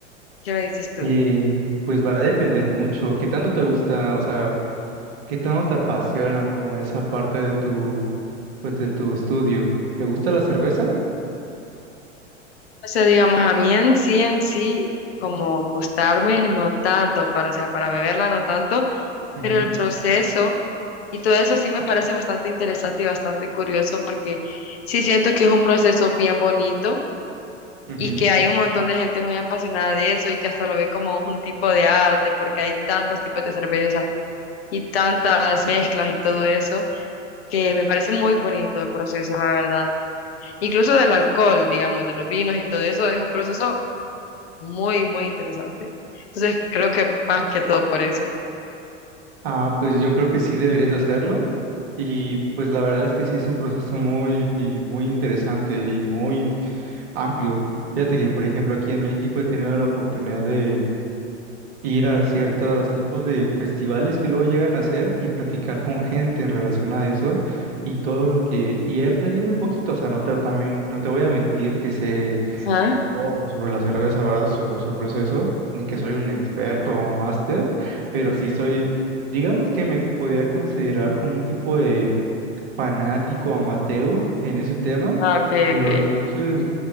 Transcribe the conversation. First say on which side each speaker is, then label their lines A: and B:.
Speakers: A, on the left; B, on the right.
A: ¿Qué me dices tú?
B: Eh, pues va a depender mucho. ¿Qué tanto te gusta? O sea, ¿qué tanto te apasiona como esa parte de tu, pues, de tu estudio? ¿Te gusta la cerveza?
A: O sea, digamos, a mí en sí, en sí, como gustarme, no tanto, para, o sea, para beberla, no tanto,
B: Ujú,
A: Pero el proceso y todo eso sí me parece bastante interesante y bastante curioso porque sí siento que es un proceso bien bonito
B: ujú.
A: y que hay un montón de gente muy apasionada de eso y que hasta lo ve como un tipo de arte porque hay tantos tipos de cerveza y tantas mezclas y todo eso que me parece muy bonito el proceso, la verdad. Incluso del alcohol, digamos, de los vinos y todo eso, es un proceso muy, muy interesante. Entonces creo que más que todo por eso.
B: Ah, pues yo creo que sí deberías de hacerlo. Y pues la verdad es que sí es un proceso muy, muy interesante y muy amplio. Fíjate que, por ejemplo, aquí en México he tenido la oportunidad de ir a ciertos tipos de festivales que luego llegan a hacer y platicar con gente en relación a eso y todo lo que... Y he aprendido un poquito, o sea, no te, también, no te voy a mentir que sé
A: Ajá.
B: todo sobre la cerveza, ¿verdad? Sobre su proceso, ni que soy un experto o máster, pero sí soy, digamos que me podría considerar como un tipo de fanático amateur en ese tema.
A: Ah, ok,
B: Pero
A: ok.
B: entonces,